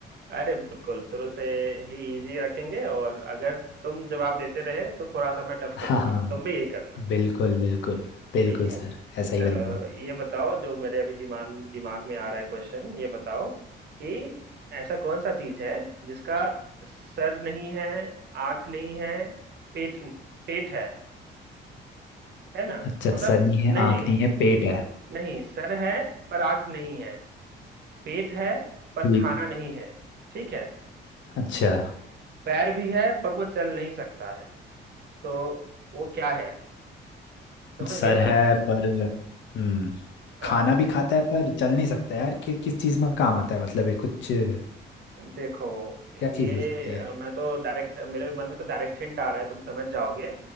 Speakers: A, on the right; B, on the left.
A: अरे बिल्कुल शुरू से ही इजी रखेंगे और अगर तुम जवाब देते रहे तो थोड़ा सा मैं टफ
B: हाँ
A: करूंगा
B: हाँ
A: तुम भी यही करना
B: बिल्कुल बिल्कुल बिल्कुल
A: ठीक है
B: सर ऐसा
A: चलो
B: ही करूँगा
A: ये बताओ जो मेरे अभी दिमाग दिमाग में आ रहा है क्वेश्चन ये बताओ कि ऐसा कौन सा चीज है जिसका सर नहीं है आंख नहीं है पेट पेट है है ना
B: अच्छा
A: मतलब
B: सर नहीं
A: नहीं
B: है
A: नहीं
B: आँख नहीं है पेट है
A: नहीं सर है पर आंख नहीं है पेट है पर
B: ठीक
A: खाना नहीं है ठीक है
B: अच्छा
A: पैर भी है पर वो चल नहीं सकता है तो वो क्या है समझ
B: सर
A: गया
B: है
A: ना
B: पर हम्म
A: हाँ
B: खाना भी खाता है पर चल नहीं सकता यार कि किस चीज में काम आता है मतलब ये कुछ क्या
A: देखो ये
B: चीज हो सकती
A: अ,
B: है
A: मैं तो डायरेक्ट मेरे मन में तो डायरेक्ट हिंट आ रहा है तुम समझ जाओगे